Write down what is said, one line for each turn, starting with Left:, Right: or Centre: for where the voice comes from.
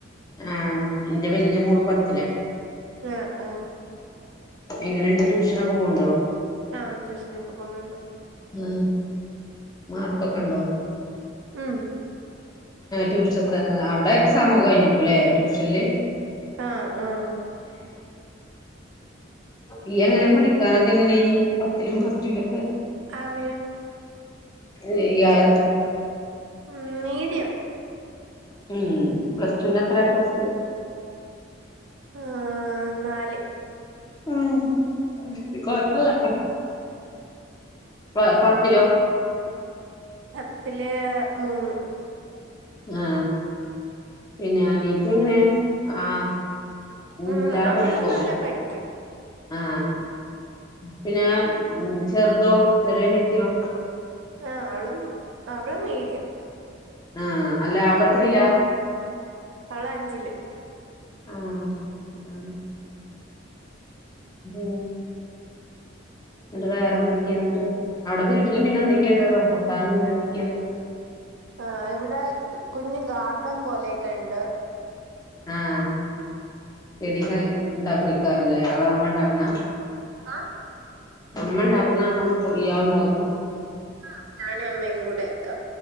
Left: ആ എന്റെ വല്യ മോള് പത്തിലാ
Right: ആ ആ
Left: എങ്ങനുണ്ട് ട്യൂഷനൊക്കെ പോണുണ്ടോ
Right: ആ ട്യൂഷനൊക്കെ പോണണ്ട്
Left: ആ മാർക്കൊക്കെ ഉണ്ടോ
Right: ഉം
Left: ട്യൂഷൻസ് അവിടെ എക്സാം ഒക്കെ കഴിഞ്ഞേക്കൂല്ലേ ട്യൂഷനില്
Right: ആ ആ
Left: ഇയ്യെങ്ങനെ പഠിക്കാനൊക്കെ എങ്ങനെയ്നിനിം പത്തിലും പ്ലസ്‌ ടു ലൊ ക്കെ?
Right: ആ വി
Left: ഏ ഇയാൾ
Right: മം മീഡിയം
Left: മം പ്ലസ് ടുന്ന് എത്ര എ പ്ലസ്‌ ഇണ്ട്.
Right: ആന്നാല്
Left: മം അത്ശേരി കൊയപ്പല്ല പ പത്തിലോ
Right: പത്തില് മൂന്ന്
Left: ആ പിന്നെ അനിയത്തി എങ്ങനെ ആ നിൻറ്റിലാരെ
Right: ഉം അവള്
Left: പഠിക്കോ?
Right: നല്ല പഠിക്കും
Left: ആ പിന്നെ ആ ചെറുതോ ചെറിയ അനിയത്തിയോ?
Right: ആഹ അവളും അവളും മീഡിയം.
Left: ആ അല്ല അവളെത്രീല?
Right: അവൾ അഞ്ചില്.
Left: ആ ആ പിന്നെ എന്നിട്ട് വേറെ എന്തെക്കയാ എന്നിട്ട് അവിടെ വീട്ടില് പിന്നെ എന്തെക്കെ ഇണ്ട് റമ്പൂട്ടാനും പിന്നെ എന്തൊക്കെയുണ്ട് <inaudible>
Right: ആ ഇവിടെ കുഞ്ഞ് ഗാർഡൻ പോലെയൊക്കെ ഉണ്ട്.
Left: ആഹ് ചെടികൾ ഇണ്ടാക്കി വിക്കാറില്ലേ അത് അമ്മ ഉണ്ടാക്കണതാ
Right: ആഹ്
Left: അമ്മ ഇണ്ടാക്കണതാണോ അതോ ഇയാള് ഉണ്ടാക്കുവോ
Right: ആ ഞാനും അമ്മയും കൂടെയൊക്ക.